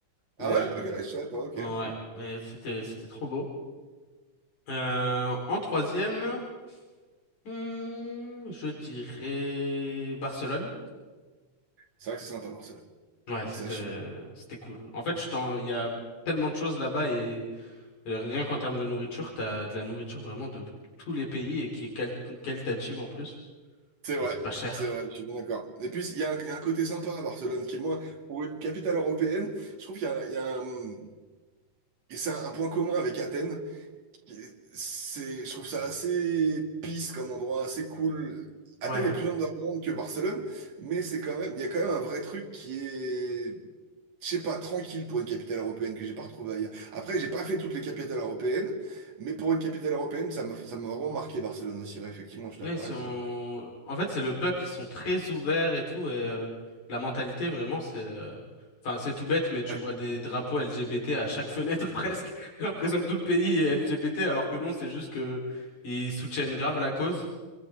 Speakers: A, on the left; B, on the right.
A: Mais
B: Ah ouais?
A: euh,
B: Ok, je savais pas, ok.
A: Ouais, mais c'était c'était trop beau. Euh, en troisième, hmm, je dirais Barcelone.
B: C'est vrai que c'est sympa Barcelone.
A: Ouais, c'était
B: Ça, je suis-
A: c'était cool. En fait, je t'en, il y a tellement de choses là-bas et euh, rien qu'en termes de nourriture, t'as de la nourriture vraiment de tous les pays et qui est qual- qualitative en plus.
B: C'est vrai,
A: Et c'est pas cher.
B: c'est vrai, je suis bien d'accord. Et puis, il y, a un il y a un côté sympa à Barcelone qui est moins, pour une capitale européenne, je trouve qu'il y a, un- il y a un- et c'est un, un point commun avec Athènes. qui est- C'est, je trouve ça assez peace comme endroit, assez cool. Athènes
A: Ouais,
B: est plus underground que Barcelone, mais c'est quand même, il y a quand même un vrai truc qui est je sais pas, tranquille pour une capitale européenne que j'ai pas retrouvée ailleurs. Après, j'ai pas fait toutes les capitales européennes, mais pour une capitale européenne, ça m'a ça m'a vraiment marqué Barcelone aussi. Ouais, effectivement, je suis
A: Ouais,
B: d'accord
A: ils sont...
B: avec toi.
A: En fait, c'est le peuple, ils sont très ouverts et tout, et euh, la mentalité, vraiment, c'est... euh, Enfin, c'est tout bête, mais tu
B: Ouais.
A: vois des drapeaux LGBT à chaque fenêtre, <laughs> presque. J'ai l'impression que tout le pays est LGBT, alors que non, c'est juste que ils soutiennent grave la cause.